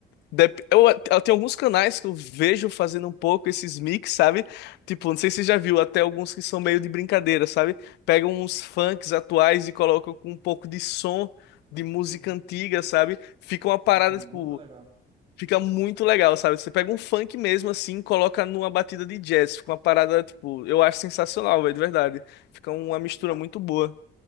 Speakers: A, on the left; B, on the right.
A: Dep- Eu, eu tenho alguns canais que eu vejo fazendo um pouco esses mix, sabe? Tipo, não sei se você já viu, até alguns que são meio de brincadeira, sabe? Pegam uns funks atuais e colocam com um pouco de som de música
B: Sim,
A: antiga, sabe? Fica uma
B: fica
A: parada,
B: muito
A: tipo,
B: legal.
A: fica muito legal, sabe? Você pega um funk mesmo assim, coloca numa batida de jazz, fica uma parada, tipo, eu acho sensacional, velho, de verdade. Fica uma mistura muito boa.